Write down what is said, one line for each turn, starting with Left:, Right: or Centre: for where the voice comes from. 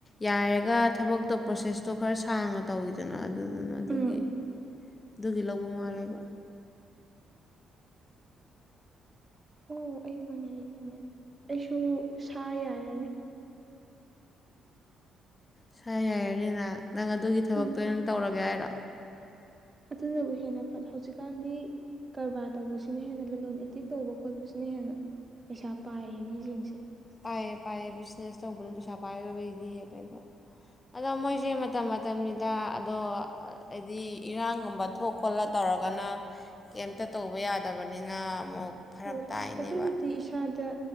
Left: ꯌꯥꯏꯔꯒ ꯊꯕꯛꯇꯣ ꯄ꯭ꯔꯣꯁꯦꯁꯇꯣ ꯈꯔ ꯁꯥꯡꯅ ꯇꯧꯋꯤꯗꯅ ꯑꯗꯨꯗꯨꯅ ꯑꯗꯨꯒꯤ
Right: ꯎꯝ
Left: ꯑꯗꯨꯒꯤ ꯂꯧꯕ ꯃꯥꯜꯂꯦꯕ
Right: ꯑꯣ ꯑꯩ ꯈꯪꯉꯦ ꯑꯩ ꯈꯪꯉꯦ ꯑꯗꯨꯗꯤ ꯑꯩꯁꯨ ꯁꯥ ꯌꯥꯏꯔꯅꯤ
Left: ꯁꯥ ꯌꯥꯏꯔꯅꯤꯅ ꯅꯪ ꯑꯗꯨꯒꯤ ꯊꯕꯛꯇꯣ
Right: ꯎꯝ
Left: ꯑꯣꯏꯅ ꯇꯧꯔꯒꯦ ꯍꯥꯏꯔ <inaudible>
Right: ꯑꯗꯨꯅꯕꯨ ꯍꯦꯟꯅ ꯐꯠ ꯍꯧꯖꯤꯛꯀꯥꯟꯗꯤ ꯀꯔꯕꯥꯔ ꯇꯧꯕꯁꯤꯅ ꯍꯦꯟꯅ ꯂꯂꯣ ꯏꯇꯤꯛ ꯇꯧꯕ ꯈꯣꯠꯄꯁꯤꯅ ꯍꯦꯟꯅ ꯄꯩꯁꯥ ꯄꯥꯏꯌꯦ ꯃꯤꯁꯤꯡꯁꯦ
Left: ꯄꯥꯏꯌꯦ ꯄꯥꯏꯌꯦ ꯕꯤꯖꯤꯅꯦꯁ ꯇꯧꯕꯅ ꯄꯩꯁꯥ ꯄꯥꯏꯔꯗꯕꯒꯤꯗꯤ ꯍꯦꯜꯂꯦ ꯑꯗꯣ ꯑꯗꯣ ꯃꯣꯏꯁꯦ ꯃꯇꯝ ꯃꯇꯝꯒꯤꯗ ꯑꯗꯣ ꯍꯥꯏꯗꯤ ꯏꯔꯥꯡꯒꯨꯝꯕ ꯊꯣꯛ ꯈꯣꯠꯂ ꯇꯧꯔ ꯇꯧꯔꯒꯅ ꯀꯩꯇ ꯇꯧꯕ ꯌꯥꯗꯕꯅꯤꯅ ꯑꯃꯨꯛ ꯐꯔꯛ
Right: ꯍꯣꯏ
Left: ꯇꯥꯏꯅꯦꯕ
Right: ꯑꯗꯨꯕꯨꯗꯤ ꯏꯁꯥꯗ